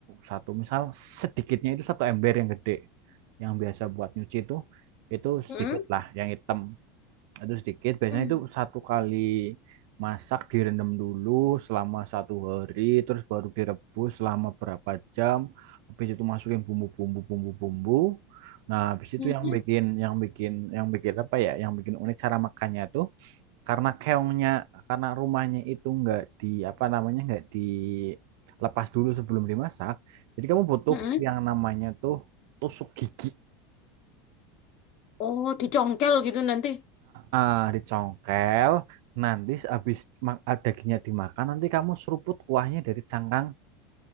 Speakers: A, on the right; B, on the left.
A: satu misal sedikitnya itu satu ember yang gede yang biasa buat nyuci itu itu sedikit
B: Mm-mm.
A: lah yang hitam itu sedikit biasanya
B: Mm.
A: itu satu kali masak direndam dulu selama satu hari terus baru direbus selama berapa jam habis itu masukin bumbu-bumbu bumbu-bumbu nah habis itu
B: Mm-mm.
A: yang bikin yang bikin yang bikin apa ya yang bikin unik cara makannya tuh karena keongnya karena rumahnya itu nggak di apa namanya nggak dilepas dulu sebelum dimasak jadi kamu butuh
B: Mm-mm.
A: yang namanya tuh tusuk gigi
B: Oh, dicongkel gitu nanti.
A: ah dicongkel. Nanti habis dagingnya dimakan, nanti kamu seruput kuahnya dari cangkang